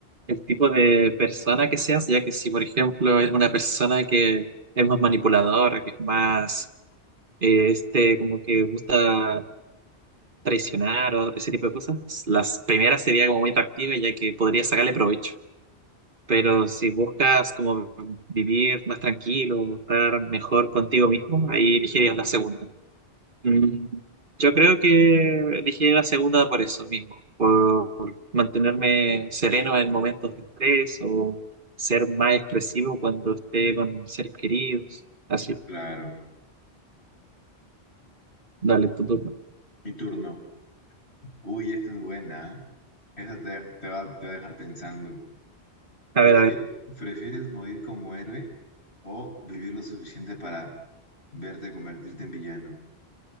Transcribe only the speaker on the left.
Claro.
Mi turno. Uy, esta es buena. ¿eh? Esta te, te va, te va a dejar pensando.
¿Prefieres,
prefieres morir como héroe o vivir lo suficiente para verte convertirte en villano?